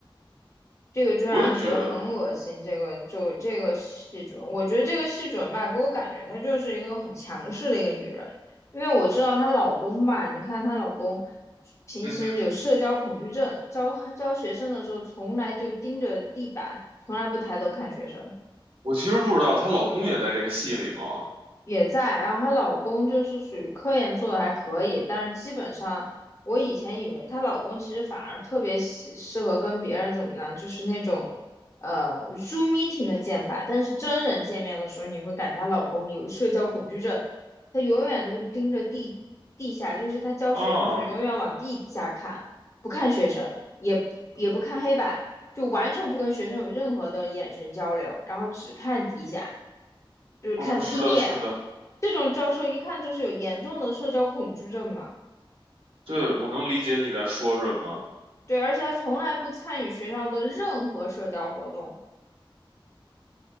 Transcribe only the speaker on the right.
我也觉得，
嗯哼，
我其实不知道她老公也在这个戏里吗？
啊，
啊，是的，是的，
对，我能理解你在说什么。